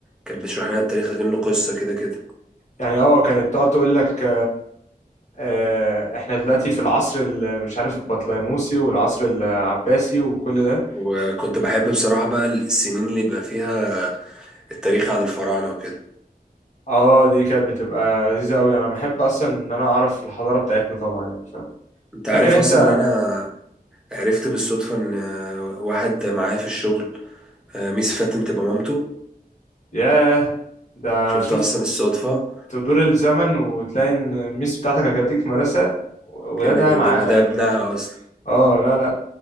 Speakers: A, in the centre; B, on the left.
A: كانت بتشرح لنا التاريخ كأنه قصه كده كده
B: يعني اه كانت تقعد تقول لك آه، احنا دلوقتي في العصر ال- مش عارف البطليموسي والعصر العباسي وكل ده
A: وكنت بحب بصراحه بقى السنين اللي بقى فيها التاريخ عن الفراعنه وكده
B: اه دي كانت بتبقى لذيذة قوي انا بحب اصلا ان انا اعرف الحضارة بتاعتنا طبعا يعني فاهم
A: انت
B: فاكر
A: عارف
B: انت
A: اصلا ان انا عرفت بالصدفه ان آه، واحد معايا في الشغل آه، ميس فاتن تبقى مامته
B: ياه ده
A: شفتها
B: شفت
A: اصلا الصدفة
B: تدور الزمن وتلاقي ان الميس بتاعتك اللي كانت بتيجي في مدرسة ولادها
A: كده كده
B: معاه
A: يبقى ده
B: يعني
A: ابنها اصلا
B: اه لا لا